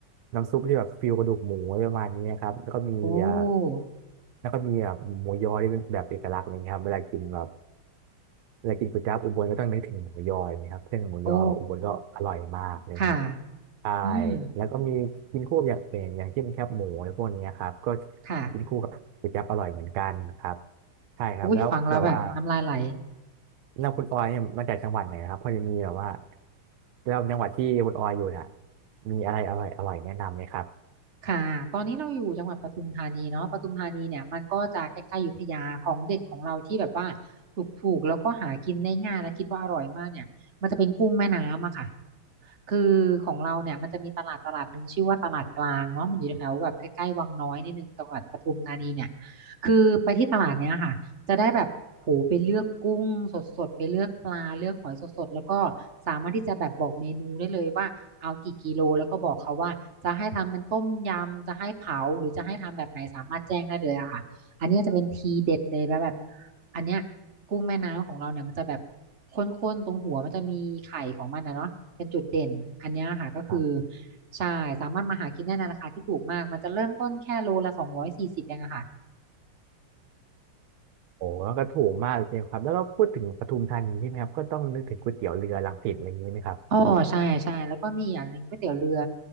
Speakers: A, on the right; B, on the right.
A: น้ำซุปที่แบบฟิวกระดูกหมูอะไรประมาณนี้ครับแล้วก็มีอ่า
B: โอ้
A: แล้วก็มีแบบหมูยอที่เป็นแบบเอกลักษณ์อะไรเงี้ยครับเวลากินแบบ เวลากินก๋วยจั๊บอุบลก็ต้องนึกถึงหมูยออยเียครับซึ่งหมูยออุบลก็อร่อยมากอะไรเงี้ย
B: โอ้ค่ะ
A: ใช่
B: อืม
A: แล้วก็มีกินคู่กับอย่างอื่นอย่างเช่นแคบหมูอะไรพวกนี้ครับก็
B: ค่ะ
A: กินคู่กับก๋วยจั๊บอร่อยเหมือนกันครับใช่ครับแล้วแบบว่า
B: อุ้ยฟังแล้วแบบน้ำลายไหล
A: แล้วคุณออยเนี่ยมาจากจังหวัดไหนครับพอจะมีแบบว่าแล้วจังหวัดที่คุณออยอยู่น่ะมีอะไรอร่อยอร่อยแนะนำไหมครับ
B: ค่ะตอนนี้เราอยู่จังหวัดปทุมธานีเนาะปทุมธานีเนี่ยมันก็จะใกล้ๆอยุธยาของเด็ดของเราที่แบบว่าถูกๆแล้วก็หากินได้ง่ายและคิดว่าอร่อยมากเนี่ยมันจะเป็นกุ้งแม่น้ำอะค่ะคือของเราเนี่ยมันจะมีตลาดตลาดหนึ่งชื่อว่าตลาดกลางเนาะมันอยู่แถวแบบใกล้ๆวังน้อยนิดนึงจังหวัดปทุมธานีเนี่ยคือไปที่ตลาดเนี้ยค่ะ จะได้แบบโหไปเลือกกุ้งสดๆไปเลือกปลาเลือกหอยสดๆแล้วก็สามารถที่จะแบบบอกเมนูได้เลยว่าเอากี่กิโลแล้วก็บอกเขาว่าจะให้ทำเป็นต้มยำจะให้เผาหรือจะให้ทำแบบไหนสามารถแจ้งได้เลยอะค่ะอันนี้จะเป็นทีเด็ดเลยแบบแบบอันเนี้ยกุ้งแม่น้ำของเราเนี่ยมันจะแบบข้นๆตรงหัวมันจะมีไข่ของมันนะเนาะเป็นจุดเด่นอันเนี้ยค่ะก็คือ
A: ครับ
B: ใช่สามารถมาหากินได้ในราคาที่ถูกมากมันจะเริ่มต้นแค่โลละสองร้อยสี่สิบเองอะค่ะ
A: โอ้แล้วก็ถูกมากเลยครับแล้วก็พูดถึงปทุมธานีใช่ไหมครับก็ต้องนึกถึงก๋วยเตี๋ยวเรือรังสิตอะไรอย่างนี้ไหมครับ
B: อ๋อใช่ใช่แล้วก็มีอย่างหนึ่งก๋วยเตี๋ยวเรือ